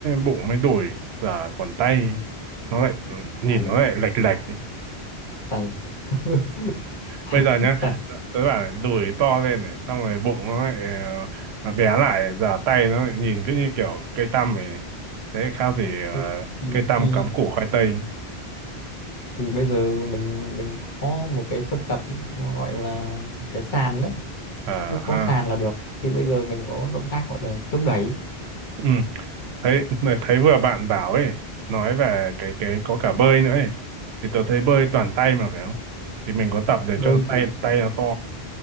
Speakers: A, on the right; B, on the left.
A: bụng mới đùi giờ còn tay nó lại nhìn
B: tay
A: nó
B: á
A: lại lệch lệch ấy.
B: tay <laughs> tay
A: bây giờ nhá
B: tay
A: tớ bảo đùi to lên này xong rồi bụng nó lại ờ, bé lại giờ tay nó lại nhìn cứ như kiểu cây tăm ấy thế khác gì ờ,
B: Ừ, thì,
A: cây tăm
B: thì
A: cắm củ khoai tây
B: thì bây giờ mình mình có một cái sân tập gọi là cái sàn đấy
A: À
B: cứ có
A: ha.
B: sàn là được thì bây giờ mình có động tác gọi là chống đẩy
A: Ừ, thấy thấy vừa bạn bảo ấy, nói về cái cái có cả bơi nữa ấy. Thì tớ thấy bơi toàn tay mà phải không? Thì mình có tập để
B: bơi
A: cho
B: thì
A: tay tay nó to.